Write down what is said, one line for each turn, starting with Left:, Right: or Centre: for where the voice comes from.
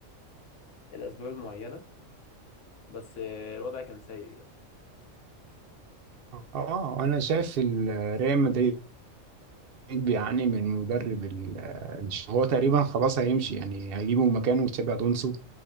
Left: إيه الاسباب المعينة بس الوضع كان سيء
Right: اه انا شايف ال- ريال مدريد بيعاني من مدرب ال- آه، هو تقريبا خلاص هيمشي يعني هيجيبه مكانه تشابي الونسو